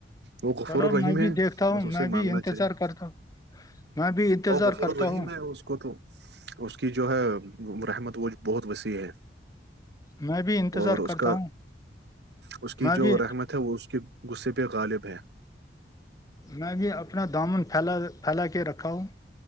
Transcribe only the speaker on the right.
وہ غفور
الرحیم
ہے
بس اسے
مانگنا
چاہیے
تو غفور
الرحیم
ہے اس اس کو تو اس کی جو ہے رحمت وہ بہت وسیع ہے
اور اس
کا
اس کی
جو
رحمت ہے وہ اس کے غصے پہ غالب ہے